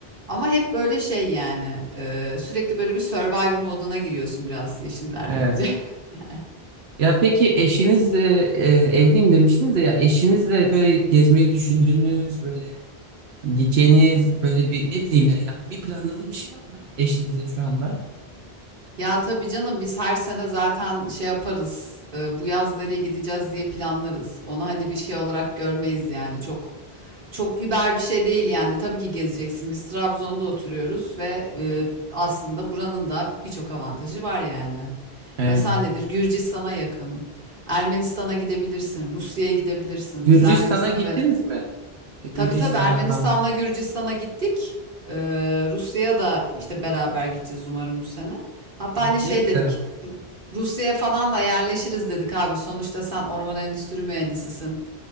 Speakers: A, on the right; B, on the right.
A: Ama hep böyle şey yani e, sürekli böyle bir Survivor moduna giriyorsun biraz yeşillerdeyince.
B: Evet.
A: <laughs>
B: Ya peki eşinizle e, evliyim demiştiniz ya eşinizle böyle gezmeyi düşündüğünüz böyle gideceğiniz böyle bir ne bileyim yani ya, bir planladığınız bir şey var mı eşinizle şu anda?
A: Ya tabii canım biz her sene zaten şey yaparız. e, bu yaz nereye gideceğiz diye planlarız. Onu hani bir şey olarak görmeyiz yani. Çok çok über bir şey değil yani. Tabii ki gezeceksin. Biz Trabzon'da oturuyoruz ve e, aslında buranın da birçok avantajı var yani.
B: Ee,
A: Mesela nedir? Gürcistan'a yakın. Ermenistan'a gidebilirsin, Rusya'ya gidebilirsin.
B: Gürcistan'a
A: Biz Ermenistan'a
B: gittiniz
A: ve
B: mi? E, Gürcistan'a
A: Tabii tabii Ermenistan'la
B: falan.
A: Gürcistan'a gittik. Ee, Rusya'ya da işte beraber gideceğiz umarım bu sene. Hatta
B: Aa,
A: hani şey
B: ne güzel.
A: dedik. Ru- Rusya'ya falan da yerleşiriz dedik abi. Sonuçta sen orman endüstri mühendisisin.